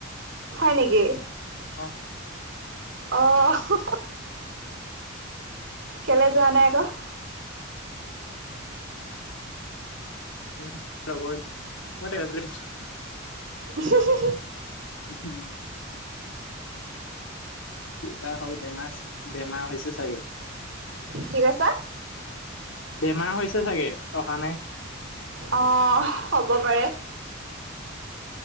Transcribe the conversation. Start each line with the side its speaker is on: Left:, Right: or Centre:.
Right: হয় নেকি?
Left: অ'।
Right: অ' হঁ-হঁ-। কেলে যোৱা নাই আক'?
Left: <unintelligible> মই তাকে বুলিছোঁ।
Right: হঁ-হঁ-হঁ।
Left: হঁ - হঁ। কি বা হ'ল বেমাৰ- বেমাৰ হৈছে চাগে।
Right: কি কৈছা?
Left: বেমাৰ হৈছে চাগে। অহা নাই।
Right: অ' হ'ব পাৰে।